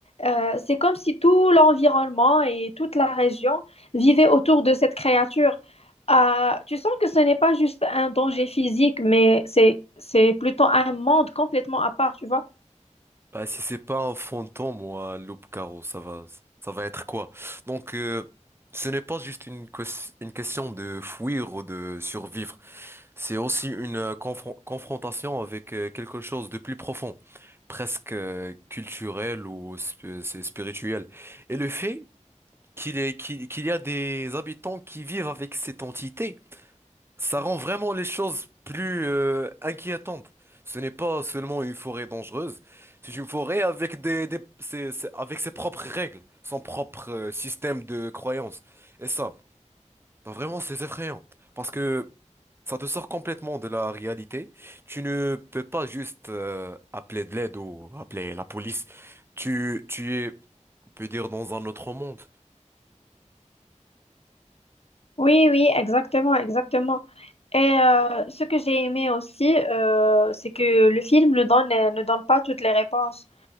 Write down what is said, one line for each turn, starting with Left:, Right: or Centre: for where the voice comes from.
Left: Euh, c'est comme si tout l'environnement et toute la région vivaient autour de cette créature. Euh, tu sens que ce n'est pas juste un danger physique, mais c'est, c'est plutôt un monde complètement à part, tu vois.
Right: Bah si c'est pas un fantôme ou un loup caro ça va, ça va être quoi? Donc euh, ce n'est pas juste une ques- une question de fuir ou de survivre. C'est aussi une euh, confron- confrontation avec euh, quelque chose de plus profond, presque euh, culturel ou sp- c'est spirituel. Et le fait qu'il est- qu'il- qu'il y a des habitants qui vivent avec cette entité, ça rend vraiment les choses plus euh, inquiétantes. Ce n'est pas seulement une forêt dangereuse, c'est une forêt avec des, des- ses- ses- avec ses propres règles, son propre euh, système de croyances. Et ça. Bah, vraiment, c'est effrayant. Parce que ça te sort complètement de la réalité. Tu ne peux pas juste euh, appeler de l'aide ou appeler la police. Tu, tu es, on peut dire, dans un autre monde.
Left: Oui, oui, exactement, exactement. Et euh, ce que j'ai aimé aussi, euh, c'est que le film ne donne, ne donne pas toutes les réponses.